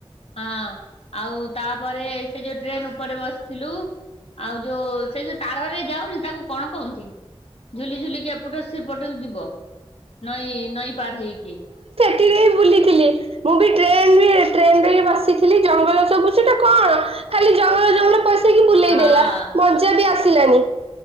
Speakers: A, on the left (about 75°); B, on the right (about 70°).
A: ହଁ ଆଉ ତାପରେ ସେ ଯୋଉ ଟ୍ରେନ ଉପରେ ବସିଥିଲୁ ଆଉ ଯୋଉ ସେ ଯୋଉ ତାରରେ ଯାଉନି ତାକୁ କଣ କହୁନ୍ତି ଝୁଲି ଝୁଲିକି ଏପଟୁ ସେପଟୁ ଯିବ। ନଈ ନଈ ପାର ହେଇକି।
B: ସେଥିରେ ବୁଲିଥିଲି ମୁଁ ବି ଟ୍ରେନ ଟ୍ରେନ ରେ ହି ବସିଥିଲି ଜଙ୍ଗଲ ସବୁ ସେଟା କଣ ଖାଲି ଜଙ୍ଗଲ ଜଙ୍ଗଲ ପ ଯାଇକି ବୁଲେଇ
A: ହଁ
B: ଦେଲା ମଜା ବି ଆସ ସିଲାନି।